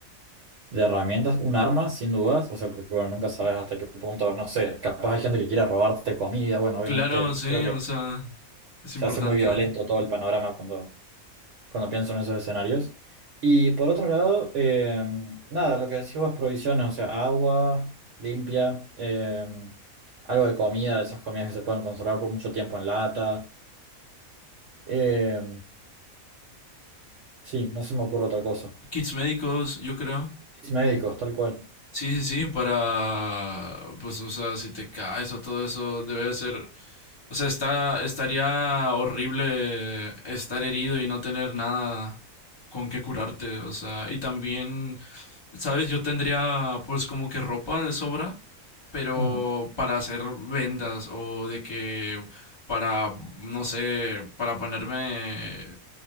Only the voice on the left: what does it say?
Claro, sí,
o sea, es importante.
Kits médicos, yo creo.
Sí, sí, sí, para, pues, o sea, si te caes o todo eso, debe de ser, o sea, está, estaría horrible estar herido y no tener nada con qué curarte, o sea, y también, ¿sabes? Yo tendría, pues, como que ropa de sobra, pero
para hacer vendas o de que, para, no sé, para ponerme, eh,